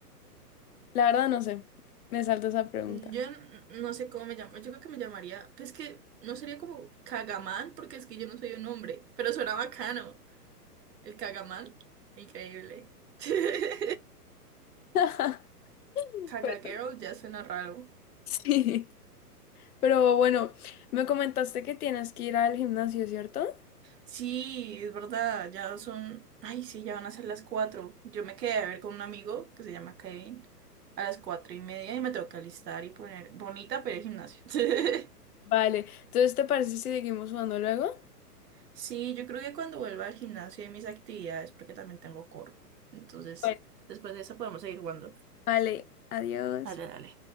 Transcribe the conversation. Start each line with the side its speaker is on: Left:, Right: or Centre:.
Left: La verdad no sé. Me salto esa pregunta.
Right: yo n- no sé cómo me llamo, yo creo que me llamaría, pues que no sería como Cagamán, porque es que yo no soy un hombre, pero suena bacano. El Cagamán, increíble. <laughs>
Left: <laughs>
Right: Caga Girl
Left: <laughs>
Right: ya suena raro.
Left: Sí, pero bueno, me comentaste que tienes que ir al gimnasio, ¿cierto?
Right: Sí, es verdad, ya son, ay, sí, ya van a ser las cuatro. Yo me quedé a ver con un amigo que se llama Kevin a las cuatro y media y me tengo que alistar y poner bonita para ir al gimnasio. <laughs>
Left: Vale, entonces ¿te parece si seguimos jugando luego?
Right: Sí, yo creo que cuando vuelva al gimnasio y mis actividades, porque también tengo coro. Entonces,
Left: Bueno.
Right: después de eso podemos seguir jugando.
Left: Vale, adiós.
Right: Dale, dale.